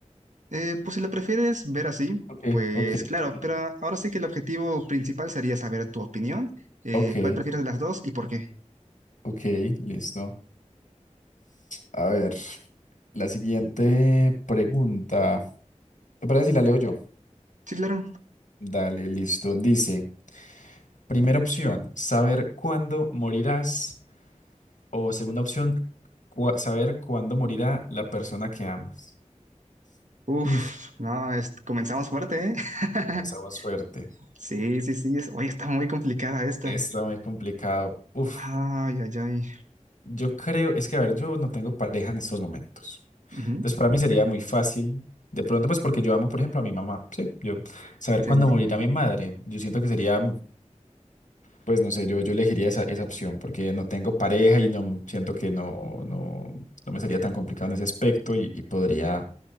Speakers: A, on the right; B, on the left.
A: Eh, pues si lo prefieres ver así,
B: Ok,
A: pues
B: ok,
A: claro,
B: también.
A: pero ahora sí que el objetivo principal sería saber tu opinión, eh,
B: Ok,
A: cuál prefieres de las dos y por qué.
B: ok, listo. A ver, la siguiente pregunta. ¿Te parece si la leo yo?
A: Sí, claro.
B: Dale, listo. Dice, primera opción, saber cuándo morirás. O segunda opción, cua- saber cuándo morirá la persona que amas.
A: Uf,
B: <laughs>
A: no, es- comenzamos fuerte, ¿eh? <laughs>
B: Comenzamos fuerte.
A: Sí, sí, sí, es, oye, está muy complicada esta.
B: Está muy complicado. Uf.
A: Ay, ay, ay.
B: Yo creo, es que a ver, yo no tengo pareja en estos momentos.
A: Ujú,
B: Entonces, para mí sería muy fácil, de pronto, pues porque yo amo, por ejemplo, a mi mamá, sí, yo saber
A: Sí,
B: cuándo morirá mi madre. Yo siento que sería, pues no sé, yo, yo elegiría esa, esa opción porque no tengo pareja y no siento que no, no, no me sería tan complicado en ese aspecto y, y podría